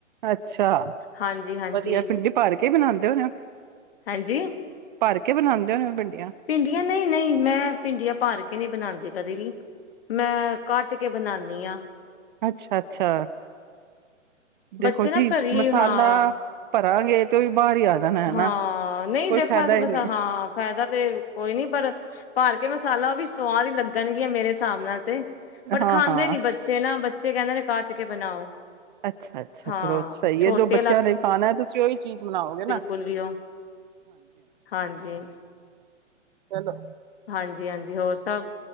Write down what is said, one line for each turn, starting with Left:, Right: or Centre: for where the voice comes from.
Right: ਅੱਛਾ
Left: ਹਾਂਜੀ ਹਾਂਜੀ
Right: ਵਧੀਆ ਪਿੰਡੀ ਪਾ ਰ ਕੀ ਬਣਾਉਂਦੇ ਹੋਣੇ
Left: ਹਾਂਜੀ
Right: ਭਰ ਕੇ ਬਣਾਉਂਦੇ ਹੋਣੇ ਆਿੰ
Left: ਭਿੰਡੀਆਂ ਨਹੀਂ ਨਹੀਂ ਮੈਂ ਭਿੰਡੀਆਂ ਭਰ ਕੇ ਨਹੀਂ ਬਣਾਉਂਦੀ ਕਦੇ ਵੀ ਮੈਂ ਕੱਟ ਕੇ ਬਣਾਦੀ ਨੀੀਆਂ
Right: ਅੱਛਾ ਅੱਛਾ ਦੇਖੋ
Left: ਬੱਚੇ ਨਾ
Right: ਜੀ
Left: ਭਰੀ
Right: ਮਸਾਲਾ
Left: ਹਾਂ
Right: ਕਰਹਾਂਗੇ ਤੇ ਵੀ ਬਾਹਰ ਹੀ ਆ ਜਾਣਾ ਹਨਾ
Left: ਹਾਂ ਨਹੀਂ
Right: ਕੋਈ
Left: ਦੇਖੋ
Right: ਫਾਇਦਾ
Left: ਐਸੇ ਮਸ
Right: ਹੀ ਨੀ।
Left: ਹਾਂ ਫਾਇਦਾ ਤੇ ਕੋਈ ਨੀ ਪਰ ਭਾਰ ਕੇ ਮਸਾਲਾ ਉਹ ਵੀ ਸਵਾਹ ਹੀ ਲੱਗਣਗੀਆਂ ਮੇਰੇ ਹਿਸਾਬ ਨਾਲ ਬਟ
Right: ਹਾਂ-ਹਾਂ
Left: ਖਾਂਦੇ ਨੀ ਬੱਚੇ ਨਾ ਬ ਬੱਚੇ ਕਹਿੰਦੇ ਨੇ ਕੱਟ ਕੇ ਬਣਾਓ
Right: ਅੱਛਾ ਅੱਛਾ
Left: ਹਾਂ
Right: ਚਲੋ ਸਹੀ
Left: ਛੋਟੇ
Right: ਹੈ ਜੋ ਬੱਚਿਆਂ ਨੇ ਖਾਣਾ ਤੁਸੀਂ ਉਹੀ ਚੀਜ਼ ਬਣਾਓਗੇ ਨਾ
Left: ਕੁਲ ਵੀ ਉਹ ਹਾਂਜੀ
Right: ਚਲੋ
Left: ਹਾਂਜੀ ਹਾਂਜੀ ਹੋਰ ਸਭ